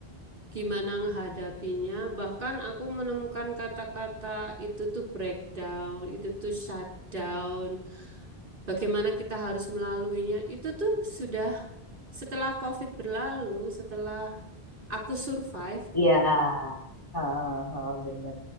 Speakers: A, on the right; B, on the left.
A: gimana menghadapinya. Bahkan aku menemukan kata-kata itu tuh breakdown, itu tuh shutdown, bagaimana kita harus melaluinya. Itu tuh sudah setelah COVID berlalu, setelah aku survive gitu.
B: Iya. Ha, ha, bener.